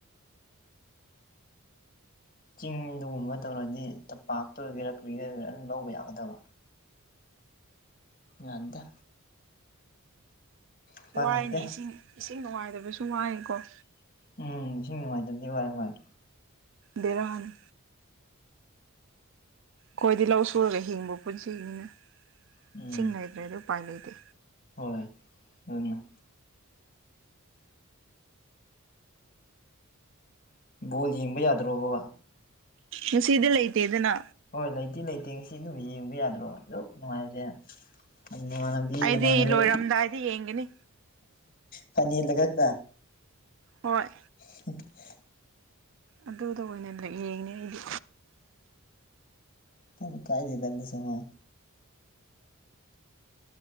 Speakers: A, on the left (about 40°); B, on the right (about 55°).
A: ꯆꯤꯡꯗꯒꯨꯝꯕ ꯇꯧꯔꯗꯤ ꯇꯝꯄꯥꯛꯇ ꯑꯣꯏꯒꯦꯔꯥ ꯀꯔꯤꯗ ꯑꯣꯏꯒꯦꯔꯥ ꯑꯗꯨꯝ ꯂꯧꯕ ꯌꯥꯒꯗꯕ ꯌꯥꯗꯦ ꯎꯄꯥꯏ
B: ꯋꯥꯏꯅꯦ
A: ꯂꯩꯇꯦ
B: ꯏꯁꯤꯡ ꯏꯁꯤꯡ ꯅꯨꯡꯉꯥꯏꯇꯕꯁꯨ ꯋꯥꯏꯀꯣ
A: ꯎꯝ ꯏꯁꯤꯡ ꯅꯨꯡꯉꯥꯏꯇꯕꯖꯦ ꯋꯥꯏ ꯍꯣꯏ
B: ꯕꯦꯔꯥꯅꯤ ꯈꯣꯏꯗꯤ ꯂꯧ ꯁꯨꯔꯒ ꯍꯤꯡꯕ ꯄꯨꯟꯁꯤꯅꯤꯅ
A: ꯎꯝ
B: ꯁꯤꯡ ꯂꯩꯇ꯭ꯔꯗꯤ ꯎꯄꯥꯏ ꯂꯩꯇꯦ
A: ꯍꯣꯏ ꯑꯗꯨꯅ ꯕꯣꯜ ꯌꯦꯡꯕ ꯌꯥꯗ꯭ꯔꯣ ꯕꯣꯕꯥ
B: ꯉꯁꯤꯗꯤ ꯂꯩꯇꯦꯗꯅ
A: ꯍꯣꯏ ꯂꯩꯗꯤ ꯂꯩꯇꯦ ꯉꯁꯤ ꯑꯗꯨꯝ ꯌꯦꯡꯕ ꯌꯥꯗ꯭ꯔꯣ ꯑꯗꯨ ꯅꯨꯡꯉꯥꯏꯔꯁꯦ ꯅꯃꯥꯅꯕꯤ ꯃꯤ
B: ꯑꯩꯗꯤ
A: ꯅꯃꯥꯟꯅꯕ
B: ꯂꯣꯏꯔꯝꯗꯥꯏꯗ ꯌꯦꯡꯒꯅꯤ
A: ꯐꯅꯦꯜꯗ ꯈꯛꯇ
B: ꯍꯣꯏ
A: <unintelligible>
B: ꯑꯗꯨꯗ ꯑꯣꯏꯅ ꯌꯦꯡꯅꯦ ꯑꯩꯗꯤ
A: ꯑꯝ ꯀꯥꯏꯗꯦꯗ ꯑꯗꯨꯁꯨꯒꫭ